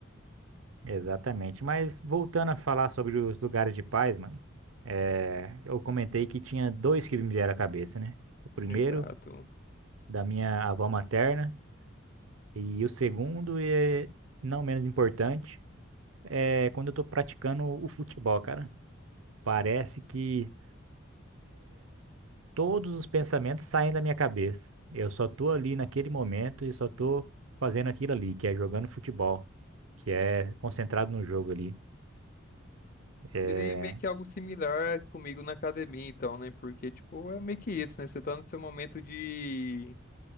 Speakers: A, on the right; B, on the left.
A: Exatamente. Mas voltando a falar sobre os lugares de paz, mano, é, eu comentei que tinha dois que me vieram à cabeça, né? O primeiro,
B: Exato.
A: da minha avó materna, e o segundo, e não menos importante, é quando eu tô praticando o futebol, cara. Parece que todos os pensamentos saem da minha cabeça. Eu só tô ali naquele momento e só tô fazendo aquilo ali, que é jogando futebol, que é concentrado no jogo ali. É,
B: Seria meio que algo similar comigo na academia, então, né? Porque, tipo, é meio que isso, né? Você tá no seu momento de